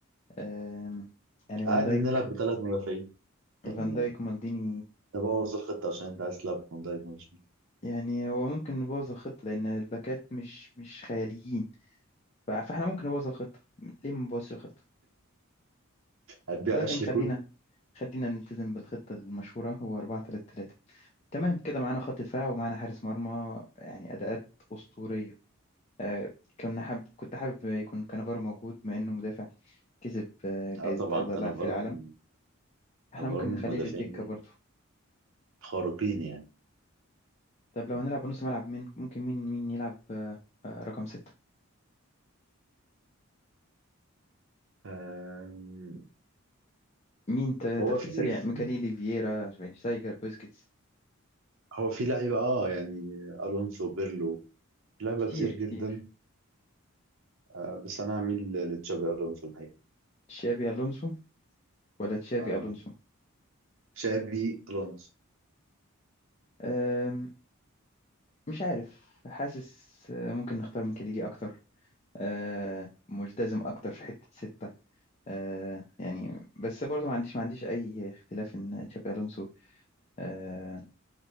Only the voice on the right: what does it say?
عادي
نلعب بثلاث مدافعين يعني
نبوظ الخطة عشان أنت عايز تلعب بفان دايك مش-
هتبيع
أشلي
كول
اه طبعا
كانافارو
من
يعتبر
من
المدافعين
الخارقين يعني
آم،
هو في
في
هو في لعيبة اه يعني الونسو بيرلو في لعيبة
كتير جدا
آه بس انا هميل لتشابي الونسو الحقيقة
آه
تشابي الونسو